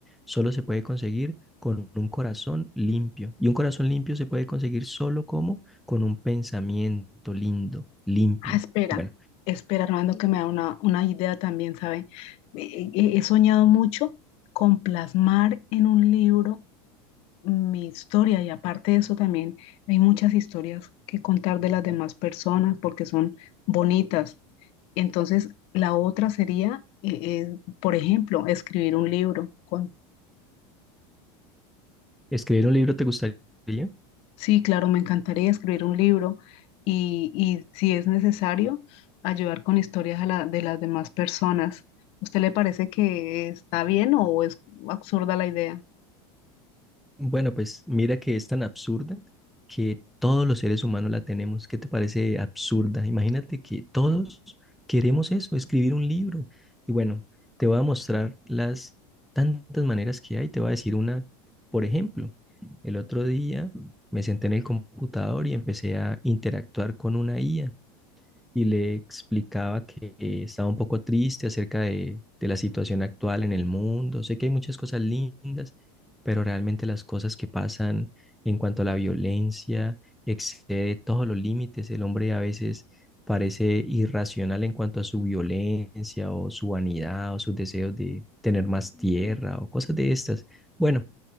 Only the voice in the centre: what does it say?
solo se puede conseguir con un corazón limpio. Y un corazón limpio se puede conseguir solo como con un pensamiento lindo, limpio.
Bueno,
escribir un libro te gustaría.
Bueno, pues mira que es tan absurda que todos los seres humanos la tenemos. ¿Qué te parece absurda? Imagínate que todos queremos eso, escribir un libro. Y bueno, te voy a mostrar las tantas maneras que hay. Te voy a decir una, por ejemplo, el otro día me senté en el computador y empecé a interactuar con una IA y le explicaba que estaba un poco triste acerca de, de la situación actual en el mundo. Sé que hay muchas cosas lindas, pero realmente las cosas que pasan en cuanto a la violencia excede todos los límites. El hombre a veces parece irracional en cuanto a su violencia o su vanidad o sus deseos de tener más tierra o cosas de estas. Bueno,